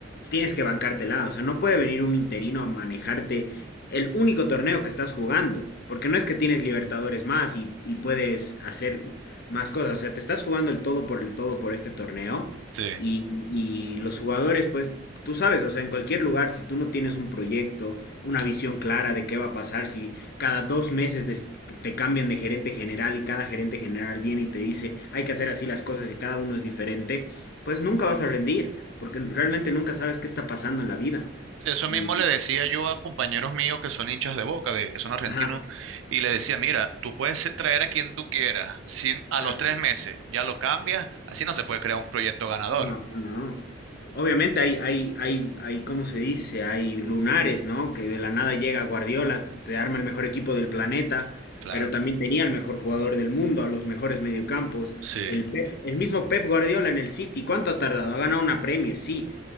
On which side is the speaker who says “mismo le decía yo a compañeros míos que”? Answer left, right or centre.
Right